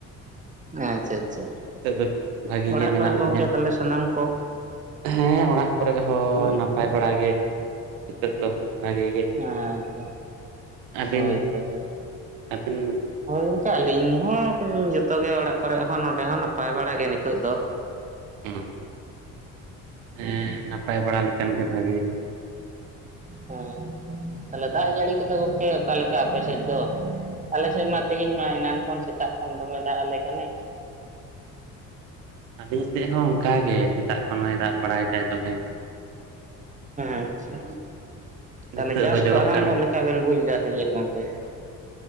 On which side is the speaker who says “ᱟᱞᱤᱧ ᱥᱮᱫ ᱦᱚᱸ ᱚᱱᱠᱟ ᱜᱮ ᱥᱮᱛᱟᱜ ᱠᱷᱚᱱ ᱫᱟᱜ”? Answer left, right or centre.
Right